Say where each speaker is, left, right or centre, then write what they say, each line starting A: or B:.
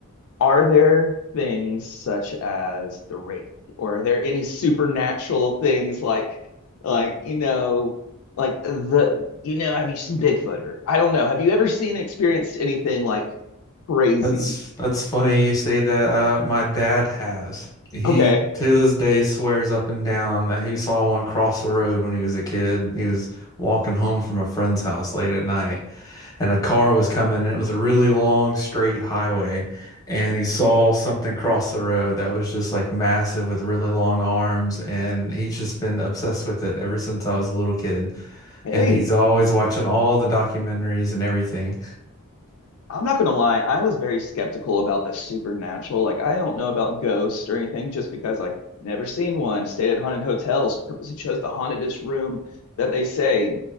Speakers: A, on the left; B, on the left.
A: Are there things such as the rake, or are there any supernatural things like, like you know, like the you know, have you seen Bigfoot or I don't know? Have you ever seen and experienced anything like crazy?
B: That's that's funny you say that. Uh, my dad has. He
A: Okay.
B: to this day swears up and down that he saw one cross the road when he was a kid. He was walking home from a friend's house late at night, and a car was coming, and it was a really long straight highway, and he saw something cross the road that was just like massive with really long arms, and he's just been obsessed with it ever since I was a little kid,
A: Hey,
B: and he's always watching all the documentaries and everything.
A: I'm not gonna lie, I was very skeptical about the supernatural. Like I don't know about ghosts or anything just because like never seen one, stayed at haunted hotels, purposely chose the hauntedest room that they say